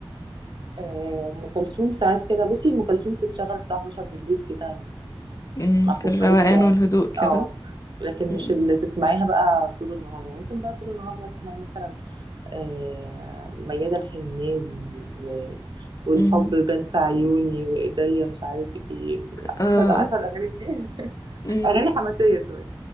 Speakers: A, on the right; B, on the left.
A: آه، ام كلثوم ساعات كده بصي ام كلثوم تتشغل الساعه 11 بالليل كده
B: أمم،
A: مع كوبايه
B: في الروقان
A: يعني
B: والهدوء كده
A: اه لكن
B: أمم،
A: مش اللي تسمعيها بقى طول النهار يعني ممكن بقى طول النهار بقى تسمعي مثلا آه، ميادة الحناوي و... والحب
B: أمم.
A: بان في عيوني وايديا مش عارف ايه
B: اه
A: عارفه عارفة الاغاني دي <laughs>
B: أمم.
A: اغاني حماسيه شويه